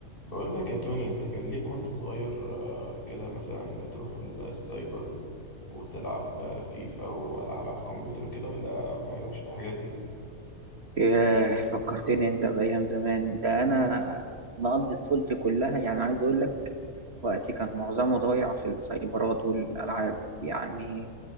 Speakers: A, on the left; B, on the right.
A: بقول لك يا توني انت كان ليك وانت صغير آه، كده مثلا بتروح ال- السايبر وتلعب آه، فيفا والعاب على الكمبيوتر كده ولا ما جالكش في الحاجات دي
B: ياه فكرتني انت بأيام زمان ده انا مقضي طفولتي كلها يعني عايز اقول لك وقتي كان معظمه ضايع في السايبرات والالعاب يعني